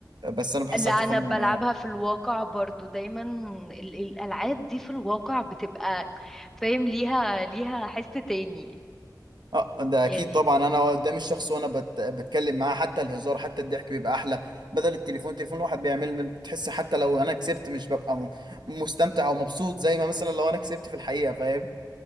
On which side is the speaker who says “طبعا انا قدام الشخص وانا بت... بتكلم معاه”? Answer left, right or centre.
Right